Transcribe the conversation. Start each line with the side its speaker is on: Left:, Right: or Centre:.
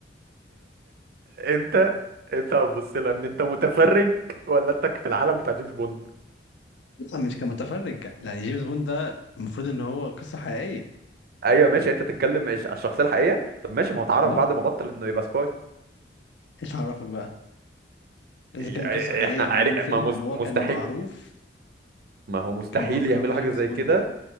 Right: انت انت هتبص لها ان انت متفرج ولا انت في العالم بتاع جيمس بوند
Left: لا مش كمتفرج يعني جيمس بوند ده المفروض ان هو قصة حقيقية
Right: ايوه ماشي انت تتكلم إيش- على الشخصيه الحقيقيه طب ماشي ما هو اتعرف
Left: اه
Right: بعد ما بطل انه يبقى سباي
Left: ايش عرفك بقى اذا
Right: يعني
Left: كان قصة حقيقية
Right: احنا عارف
Left: عملوا له فيلم
Right: ما مست-
Left: ان هو
Right: مستحيل
Left: كان معروف
Right: ما هو مستحيل
Left: كان معروف
Right: يعملوا
Left: ان هو جيمس
Right: حاجه زي
Left: بوند
Right: كده